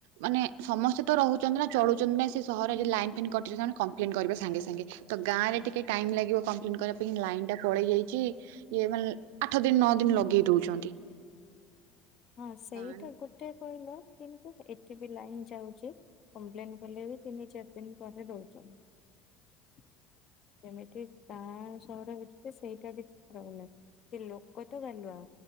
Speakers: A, on the right; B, on the left.
A: ମାନେ ସମସ୍ତେ ତ ରହୁଛନ୍ତି ନା ଚଳୁଛନ୍ତି ନା ସେ ସହରରେ ଯେ ଲାଇନ ଫେଇନ୍ କଟିଲେ ନା ସେମାନେ କମ୍ପ୍ଲେନ କରିବେ ସାଙ୍ଗେ ସାଙ୍ଗେ। ତ ଗାଁରେ ଟିକେ ଟାଇମ୍ ଲାଗିବ କମ୍ପ୍ଲେନ୍ଟ କରିବା ପାଇଁ ଲାଇନ୍ ଟା ପଳେଇ ଯାଇଛି। ଇଏ ମାନେ ଆଠ ଦିନ, ନଅ ଦିନ ଲଗେଇ ଦଉଛନ୍ତି।
B: ହଁ ସେଇଟା
A: ଗାଁ
B: ଗୋଟେ କହିଲ, କିନ୍ତୁ ଏଠି ବି ଲାଇନ ଯାଉଛି। କମ୍ପ୍ଲେନ କଲେ ବି ତିନି, ଚାରି ଦିନ ପରେ ଦଉଛନ୍ତି। ଯେମିତି ଗାଁ, ସହର ଭିତରେ ସେଇଟା ବି ଖରାପ ନାହିଁ। ସେ ଲୋକ ତ ଗାଲୁଆ,